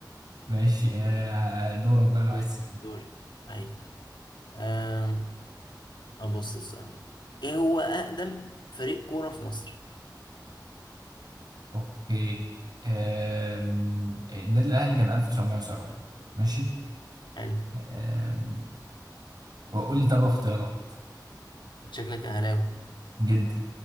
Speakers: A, on the right; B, on the left.
A: ماشي آه، دورك
B: <laughs>
A: بقى لو عايز
B: دوري
A: تسألني
B: دوري ايوه أم... ابص السؤال ده ايه هو اقدم فريق كوره في مصر
A: اوكي آم، النادي الاهلي كان 1907 ماشي
B: حلو
A: آم، وقول لي طب اختيارات
B: شكلك اهلاوي
A: جدا